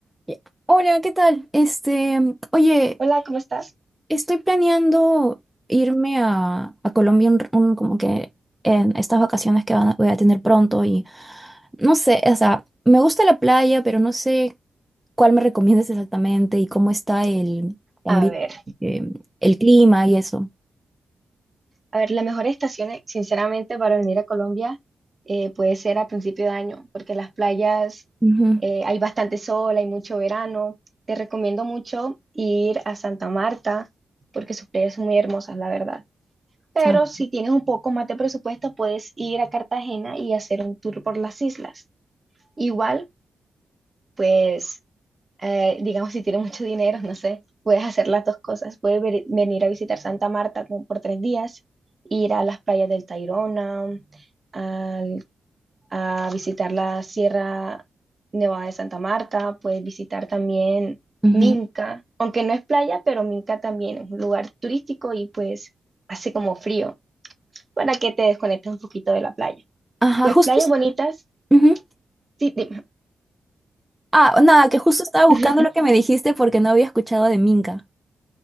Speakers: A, in the centre; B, on the right.
A: Ya. Hola, ¿qué tal? Este, mm, oye,
B: Hola, ¿cómo estás?
A: estoy planeando irme a, a Colombia un- un- como que en estas vacaciones que van a- voy a tener pronto y no sé, o sea, me gusta la playa, pero no sé cuál me recomiendas exactamente y cómo está el ambi-
B: A ver,
A: eh, el clima y eso.
B: a ver, la mejor estación, eh, sinceramente, para venir a Colombia eh, puede ser a principio de año, porque las playas
A: Ujú,
B: eh, hay bastante sol, hay mucho verano. Te recomiendo mucho ir a Santa Marta, porque sus playas son muy hermosas, la verdad. Pero
A: ah,
B: si tienes un poco más de presupuesto, puedes ir a Cartagena y hacer un tour por las islas. Igual, pues. eh, digamos, si tienes mucho dinero, no sé, puedes hacer las dos cosas. Puedes ver- venir a visitar Santa Marta como por tres días, ir a las playas del Tayrona, al- a visitar la Sierra Nevada de Santa Marta, puedes visitar también
A: ujú.
B: Minca, aunque no es playa, pero Minca también es un lugar turístico y pues hace como frío para que te desconectes un poquito de la playa.
A: Ajá,
B: Pues
A: justo.
B: playas
A: es-
B: bonitas,
A: ujú.
B: sí, dime.
A: Ah, nada, que justo estaba
B: <laughs>
A: buscando lo que me dijiste porque no había escuchado de Minca.